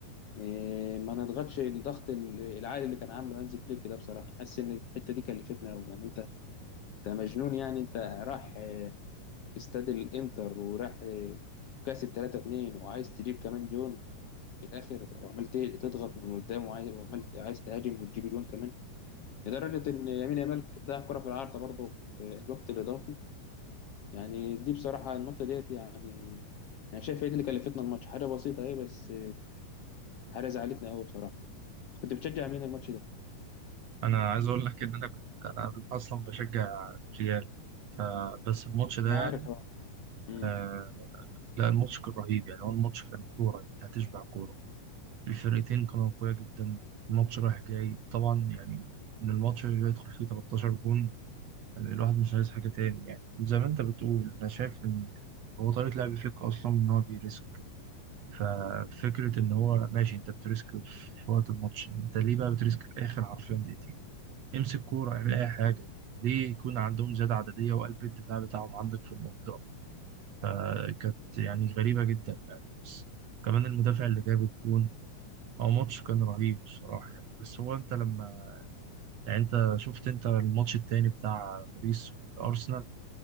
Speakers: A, on the left; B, on the right.
A: آه، ما نضغطش الضغط ال- العالي اللي كان عامله هانز فليك ده بصراحه حاسس ان الحته دي كلفتنا قوي يعني انت انت مجنون يعني انت راح آه، استاد الانتر وراح آه، كاسب 3 2 وعايز تجيب كمان جون في الاخر وعمال ت- تضغط من قدام وعايز وعمال ت- عايز تهاجم وتجيب جون كمان لدرجة إن يمين يامال ضيع كرة في العارضة برضه في الوقت الإضافي يعني دي بصراحة النقطة ديت يعني أنا شايف هي دي اللي كلفتنا الماتش حاجة بسيطة أهي بس حاجة زعلتنا أوي بصراحة كنت بتشجع مين الماتش ده؟
B: أنا عايز أقول لك إن أنا كنت أنا أصلا بشجع ريال فبس الماتش ده
A: انا
B: يعني
A: عارف اه امم
B: آه لا الماتش كان رهيب يعني هو الماتش كان كورة أنت هتشبع كورة الفرقتين كانوا قوية جدا الماتش رايح جاي طبعا يعني إن الماتش اللي يدخل فيه 13 جون يعني الواحد مش عايز حاجة تاني يعني زي ما أنت بتقول أنا شايف إن هو طريقة لعب فليك أصلا إن هو بيريسك ففكرة إن هو ماشي أنت بتريسك في وقت الماتش أنت ليه بقى بتريسك في آخر حرفيا دقيقتين امسك كورة اعمل أي حاجة ليه يكون عندهم زيادة عددية وقلب الدفاع بتاعهم عندك في المنطقة فكانت يعني غريبة جدا يعني بس كمان المدافع اللي جاب الجون هو ماتش كان رهيب بصراحة يعني بس هو أنت لما يعني أنت شفت أنت الماتش التاني بتاع باريس وأرسنال